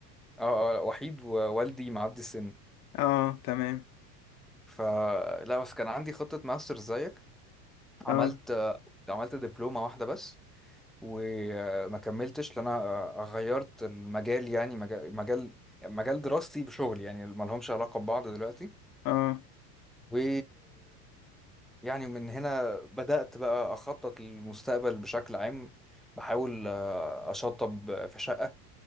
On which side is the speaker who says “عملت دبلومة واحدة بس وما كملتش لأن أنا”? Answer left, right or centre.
Centre